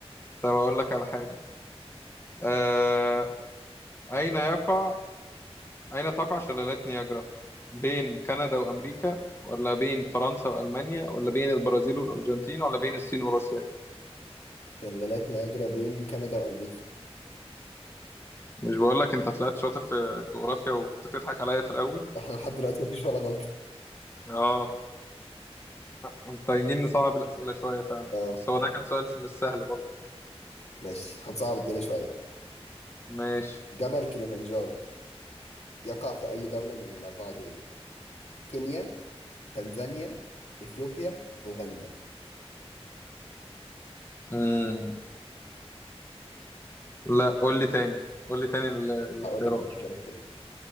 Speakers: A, on the left (about 25°); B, on the left (about 85°).
A: طب اقول لك على حاجه آه... اين يقع اين تقع شلالات نياجرا بين كندا وامريكا ولا بين فرنسا والمانيا ولا بين البرازيل والارجنتين ولا بين الصين وروسيا
B: شلالات نياجرا بين كندا وامريكا
A: مش بقول لك انت طلعت شاطر في الجغرافيا وكنت بتضحك عليا في الاول
B: احنا لحد دلوقتي مفيش ولا غلطة
A: اه محتاجين نصعب الأسئلة شوية فعلا
B: اه
A: بس هو ده كان سؤال مش سهل برضه
B: ماشي هنصعب الدنيا شوية بقى
A: ماشي
B: جبل كليمنجارو يقع في أي دولة من الأربعة دول؟ كينيا، تنزانيا، إثيوبيا، أوغندا
A: مم. لا قول لي تاني قول لي تاني ال- الاختيارات
B: هقول لك الاختيارات تاني